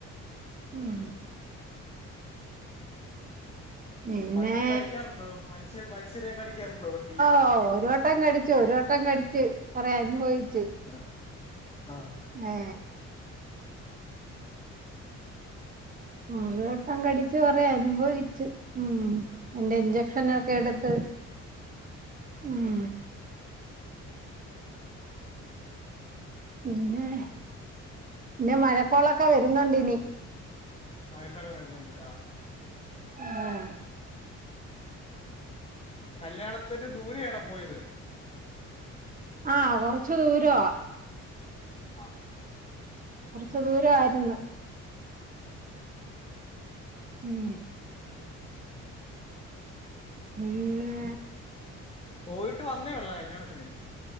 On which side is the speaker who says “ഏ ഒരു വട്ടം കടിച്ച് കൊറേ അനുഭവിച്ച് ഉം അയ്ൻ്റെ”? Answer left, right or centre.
Right